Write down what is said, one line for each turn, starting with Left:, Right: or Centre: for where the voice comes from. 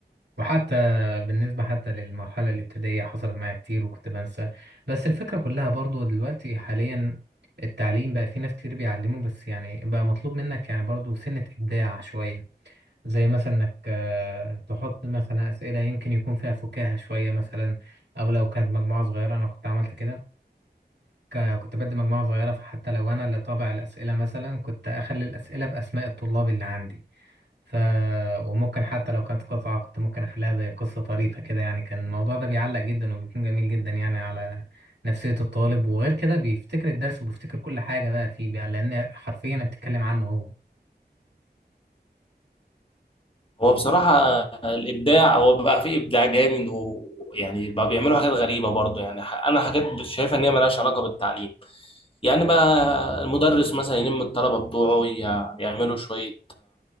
Right: وحتى بالنسبة حتى للمرحلة الابتدائية حصلت معايا كتير وكنت بنسى بس الفكرة كلها برضو دلوقتي حاليا التعليم بقى في ناس كتير بيعلموا بس يعني بقى مطلوب منك يعني برضو سنة إبداع شوية زي مثلا إنك آه، تحط مثلا أسئلة يمكن يكون فيها فكاهة شوية مثلا أو لو كانت مجموعة صغيرة أنا كنت عملت كده ك- كنت بدي مجموعة صغيرة فحتى لو أنا اللي طابع الأسئلة مثلا كنت أخلي الأسئلة بأسماء الطلاب اللي عندي ف وممكن حتى لو كانت قطعة كنت ممكن أخليها زي قصة طريفة كده يعني كان الموضوع ده بيعلق جدا وبيكون جميل جدا يعني على نفسية الطالب وغير كده بيفتكر الدرس وبيفتكر كل حاجة بقى فيه بقى لأن حرفيا بتتكلم عنه هو
Left: هو بصراحه الابداع هو بقى فيه ابداع جامد ويعني بقى بيعملوا حاجات غريبه برضه يعني ح- انا حاجات شايفها ان هي ملهاش علاقه بالتعليم يعني بقى المدرس مثلا يلم الطلبه بتوعه ي- يعملوا شويه